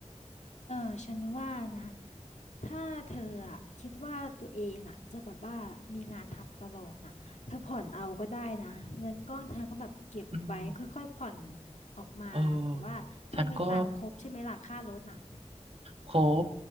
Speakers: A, on the left (about 75°); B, on the right (about 55°).
A: เออฉันว่านะถ้าเธออะคิดว่าตัวเองอะจะแบบว่ามีงานทำตลอดน่ะเธอผ่อนเอาก็ได้นะเงินก้อนเธอก็แบบเก็บไว้ค่อยๆผ่อน
B: อืม
A: ออกมาแบบว่าเธอมีตังค์ครบใช่ไหมล่ะค่ารถน่ะ
B: เออฉันก็ ครบ